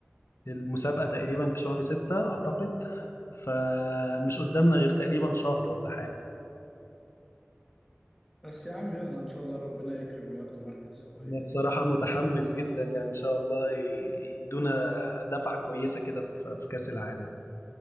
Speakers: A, on the left; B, in the centre.
A: المسابقة تقريبا في شهر ستة أعتقد فمش قدامنا غير تقريبا شهر ولا حاجة
B: بس يا عم يلا ان شاء الله ربنا يكرم وياخدوا مركز كويس
A: أنا بصراحة متحمس جدا يعني إن شاء الله ي- يدونا دفعة كويسة كده في في كأس العالم